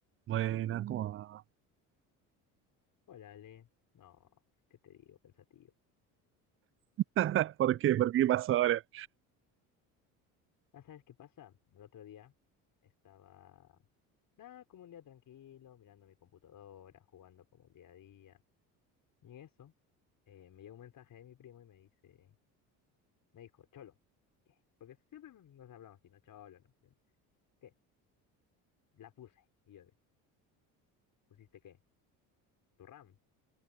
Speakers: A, on the right; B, on the left.
A: Buena, ¿cómo va?
B: Hola, Ale. No, pues, ¿qué te digo? Pensativo.
A: <laughs> ¿Por qué? ¿Por qué pasó ahora?
B: Ah, ¿sabes qué pasa? El otro día estaba, nada, como un día tranquilo, mirando mi computadora, jugando como el día a día. Y en eso, eh, me llegó un mensaje de mi primo y me dice, me dijo, Cholo, ¿qué? Porque siempre nos hablamos así, no, Cholo, no. ¿Qué? La puse. Y yo, de, ¿pusiste qué? ¿Tu RAM?